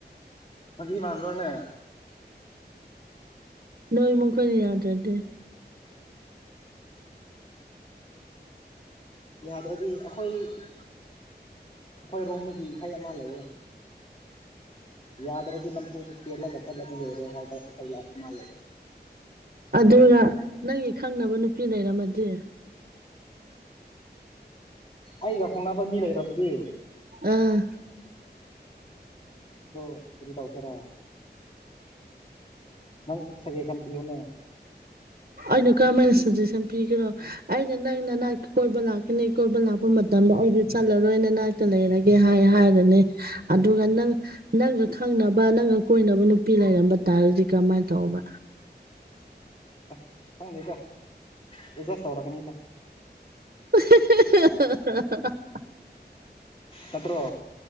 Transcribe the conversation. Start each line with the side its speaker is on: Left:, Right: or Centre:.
Left: ꯐꯒꯤꯃꯥꯟꯕꯔꯅꯦ꯫
Right: ꯅꯣꯏꯃꯨꯅꯤ ꯌꯥ ꯆꯗꯦ
Left: ꯌꯥꯗ꯭ꯔꯗꯤ ꯑꯩꯈꯣꯏ ꯑꯩꯈꯣꯏ ꯔꯣꯡꯝꯃꯒꯤ ꯏꯁꯩ ꯑꯃ ꯂꯩꯌꯦ ꯌꯥꯗ꯭ꯔꯗꯤ ꯅꯝꯐꯨꯗ ꯆꯦꯜꯂꯒ ꯆꯠꯂꯗꯤ ꯂꯣꯏꯔꯦ ꯍꯥꯏꯕ <inaudible> ꯃꯥꯂꯦ
Right: ꯑꯗꯨꯒ ꯅꯪꯒꯤ ꯈꯪꯅꯕ ꯅꯨꯄꯤ ꯂꯩꯔꯝꯃꯗꯤ
Left: ꯑꯩꯒ ꯈꯡꯅꯕ ꯃꯤ ꯂꯩꯔꯕꯗꯤ
Right: ꯑꯥ꯫
Left: ꯑꯗꯣ ꯀꯔꯤ ꯇꯧꯁꯤꯔ ꯅꯪ ꯁꯒꯦꯁꯥꯟꯄꯤꯌꯣꯅꯦ꯫
Right: ꯑꯩꯅ ꯀꯔꯝꯍꯥꯏꯅ ꯁꯖꯦꯁꯟ ꯄꯤꯒꯦꯔꯣ ꯑꯩꯅ ꯅꯪ ꯅꯅꯥ ꯀꯣꯏꯕ ꯂꯥꯛꯀꯅꯤ ꯀꯣꯏꯕ ꯂꯥꯛꯄ ꯃꯇꯝꯗ ꯑꯩꯗꯤ ꯆꯠꯂꯔꯣꯏ ꯅ ꯅꯅꯥꯛꯇ ꯂꯩꯔꯒꯦ ꯍꯥꯏ ꯍꯥꯏꯔꯅꯤ ꯑꯗꯨꯒ ꯅꯪ ꯅꯪꯒ ꯈꯪꯅꯕ ꯅꯪꯒ ꯀꯣꯏꯅꯕ ꯅꯨꯄꯤ ꯂꯩꯔꯝꯕ ꯇꯥꯔꯗꯤ ꯀꯔꯝꯃꯥꯏꯅ ꯇꯧꯕ꯫
Left: ꯑ ꯐꯪꯖꯦꯗ ꯑꯦꯠꯖꯥꯁ ꯇꯧꯔꯛꯒꯅꯤꯗ
Right: <unintelligible>
Left: ꯅꯠꯇ꯭ꯔꯣ